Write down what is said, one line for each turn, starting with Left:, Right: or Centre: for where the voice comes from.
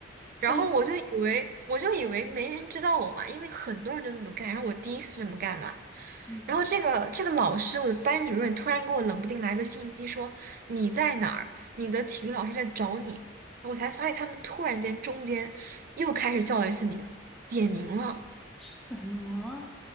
Right: 然后我就以为我就以为没人知道我嘛，
Centre: <laughs> 但是。
Right: 因为很多人都这么干，然后我第一次这么干嘛。
Centre: 嗯。
Right: 然后这个这个老师，我的班主任突然给我冷不丁来个信息说你在哪儿，你的体育老师在找你。我才发现他们突然间中间又开始叫了一次名，点名了。
Centre: <laughs> 什么？